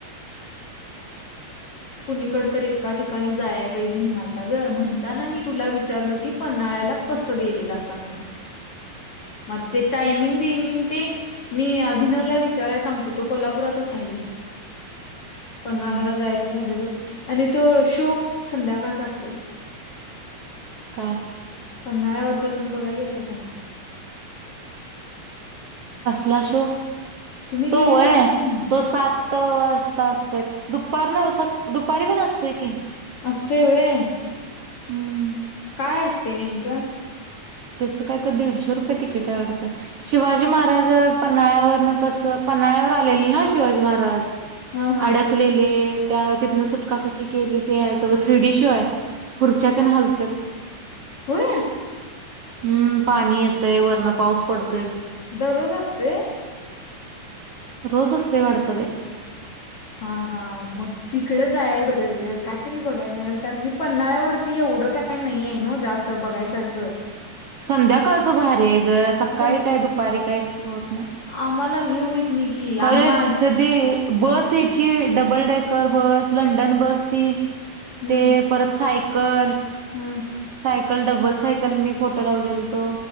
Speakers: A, on the left; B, on the right.
A: कुणीकडे तरी एका ठिकाणी जायला पाहिजे म्हणालता ग म्हणता ना मी तुला विचारलो की पन्हाळ्यात पन्हाळ्याला कसे गेलता ते मग ते टाइमिंग टायमिंग ते मी अभिनवला विचाराय सांगतो तो कोल्हापुरातच आहे कि पन्हाळ्याला
B: हम्म.
A: जायचं झालं तर आणि तो शोक संध्याकाळचा असेल
B: काय
A: पणा व पन्हाळ्यावरचा तुम्ही बघायला गेलता का सा
B: ला शो
A: तुम्ही गेलेलासा
B: तो वय
A: ना
B: तो सात असतोय दुपार स दुपारी पण असतोय की.
A: हसते हुए.
B: हम्म.
A: काय असते नेमकं.
B: त्याच काय तर दीडशे रुपये तिकीट आवडतात शिवाजी महाराज पन्हाळ्यावरन कसं पन्हाळ्यावर आलेले ना शिवाजी महाराज
A: हा हा
B: अडकलेले त्या तिथनं सुटका कशी केली ते आहे सगळ थ्री डी शो आहे खुर्च्या ते हालतात.
A: होय.
B: हम्म पाणी येतय वर्ण पाऊस पडतो.
A: दररोज असते.
B: रोज असते वाटते.
A: हा हा मग तिकडच आहे बर कायतरी बघाय मिळेल कारण की पन््हाळ्यावरती ये एढं काही नाहीय आहे न जास्त बघायसारखं.
B: संध्याकाळचं भारी ग सकाळी
A: स-
B: काय दुपारी काय होत नाही.
A: आम्हाला हे होईत नाही की
B: खरं
A: आम्हा आज
B: सध बस याची double decker bus London bus ती
A: हम्म
B: ते परत सायकल.
A: हम्म
B: सायकल, डबल सायकल, मी फोटो लावलेल तो.